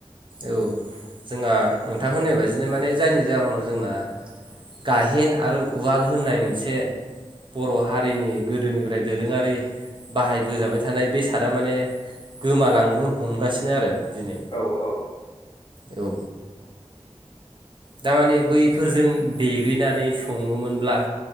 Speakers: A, on the right; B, on the left.
A: औ जोंहा नोंथां होननाय बाददिनो माने जायनि जाहोनाव जोंना गाहेन आरो उवाल होननाय मोनसे बर' हारिनि गोदोनिफ्राय दोरोङारि बाहायबोजाबाय थानाय बे सादा माने गोमालांनो हमगासिनो आरो दिनै
B: औ औ
A: औ
B: नंगौ
A: दारमाने बैफोरजों देग्लिनानै सङोमोनब्ला